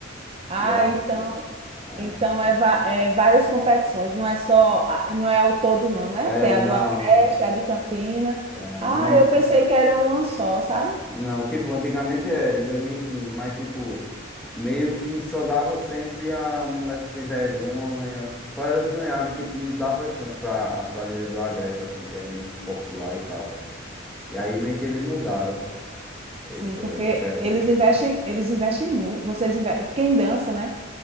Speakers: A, on the right (about 30°); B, in the centre.
A: Ah,
B: E a,
A: então,
B: é,
A: então é, va- é várias competições, não é só, a- não é ao todo não, né?
B: é,
A: Tem a
B: não,
A: do Agreste, a de Campina.
B: é,
A: Ah,
B: não,
A: eu pensei que era uma só, sabe?
B: Não, tipo, antigamente era, em 2015, mas tipo, meio que só dava sempre a moleca sem vergonha. Só elas ganhavam e tipo, não dava chance pra as quadrilhas do Agreste, assim, que é menos popular e tal. E aí meio que eles mudaram
A: Sim,
B: isso,
A: porque
B: essa questão.
A: eles investem, eles investem muito. Vocês inve- quem dança, né?